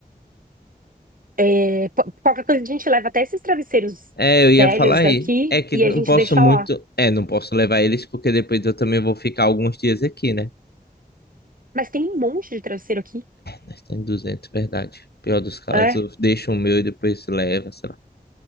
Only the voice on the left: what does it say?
É, eu ia
falar aí.
É que
não
posso
muito.
É, não posso levar eles porque depois eu também vou ficar alguns dias aqui, né?
Nós temos 200, verdade. Pior dos casos,
deixa o meu e depois leva, sei lá.